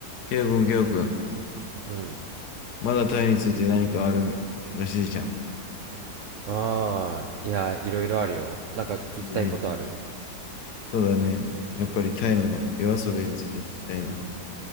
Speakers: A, on the left; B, on the right.
A: ケイオくん、ケイオくん。
B: うん。
A: まだタイについて何かあるらしいじゃん。
B: ああ、いや、いろいろあるよ。なんか聞きたいことある
A: うんそうだね。やっぱりタイの夜遊びについて聞きたいな。